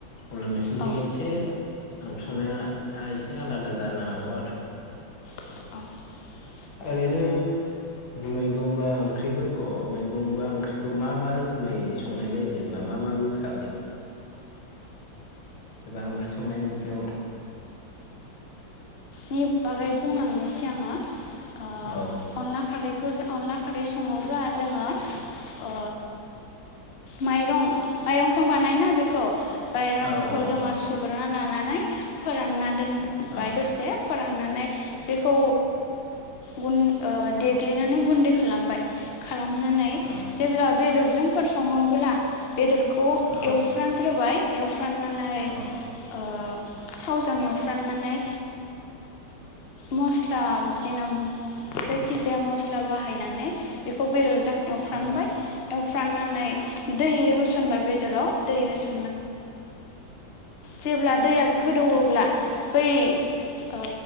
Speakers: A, on the left; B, on the left.
A: अब्ला नोंसिथिं
B: औ
A: एसे संनाया एसे आलादा जानो हागौ आरो
B: औ
A: ओरैनो मैगं बा ओंख्रिफोरखौ अ मैगं बा ओंख्रिखौ मा मा रोखोमै संनाय जायो जेनेबा मा मा बिभागै एबा ओंख्रि संनायनि बिथिंङाव
B: नि बागै बुंलांनोसै आंङो आ
A: औ
B: अनला खारै खौ जों अनला खारै संङोब्ला जोंङो ओ माइरं माइरंजों बानायो ना बेखौ बाइरंफोरखौ
A: औ औ
B: जोंङो सुग्रोना लाना नै फोरानना दोनबाय
A: औ
B: दसे फोराननानै बेखौ गुन ओ दे ग्लिनानै गुन्दै खालामबाय खालामनानै
A: औ
B: जेब्ला बेदर जोंफोर संङोब्ला बेदरखौ
A: औ
B: एवफ्रानग्रोबाय एवफ्राननानै
A: औ
B: ओ थावजों एव फ्राननानै मस्ला बि जिङोम जायखिजाया मस्ला बाहायनानै बेखौ बेदर जों एवफ्रानबाय
A: औ
B: एवफ्राननानै दै होसनबाय बेदराव दै हो जेब्ला दैया गोदौवोब्ला बै <inaudible> ओ